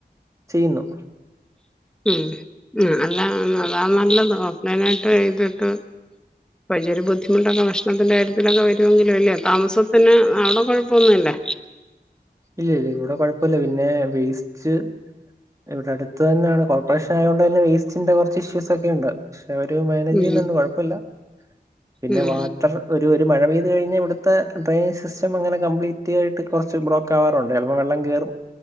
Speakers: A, on the right; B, in the centre.
A: ചെയ്യുന്നു
B: ഉം ഉം അല്ല അതാ നല്ലത് ഓഫ് ലൈനായിട്ട് ചെയ്തിട്ട് വലിയ ഒരു ബുദ്ധിമുട്ടൊക്കെ ഭക്ഷണത്തിന്റെ കാര്യത്തിലൊക്കെ വരുവെങ്കിലും അല്ലേ താമസത്തിന് അവിടെ കൊഴപ്പവൊന്നുവില്ലേ
A: ഇല്ല ഇല്ല ഇവടെ കുഴപ്പവില്ല പിന്നെ വേസ്റ്റ് ഇവിടെ അടുത്ത് തന്നാണ് കോർപ്പറേഷൻ ആയകൊണ്ട് തന്നെ വേസ്റ്റിന്റെ കൊറച്ച് ഇഷ്യൂസ് ഒക്കെ ഉണ്ട് പക്ഷെ അവര് മാനേജ് ചെയ്യുന്നൊണ്ട്
B: ഉം
A: കൊഴപ്പവില്ല പിന്നെ
B: ഉം
A: വാട്ടർ ഒരു ഒരു മഴ പെയ്ത് കഴിഞ്ഞാ ഇവിടുത്തെ ഡ്രയനിംഗ് സിസ്റ്റം അങ്ങനെ കംപ്ലീറ്റ് ആയിട്ട് കൊറച്ച് ബ്ലോ ക്കാവാറൊണ്ട് ചെലപ്പം വെള്ളം കേറും